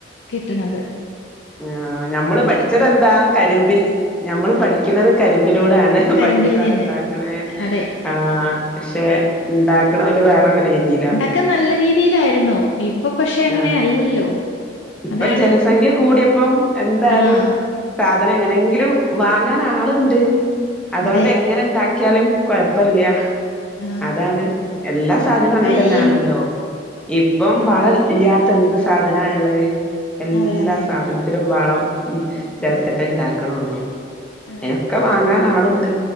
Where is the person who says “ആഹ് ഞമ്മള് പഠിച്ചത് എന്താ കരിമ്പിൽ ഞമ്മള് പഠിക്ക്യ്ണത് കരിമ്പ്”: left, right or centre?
Centre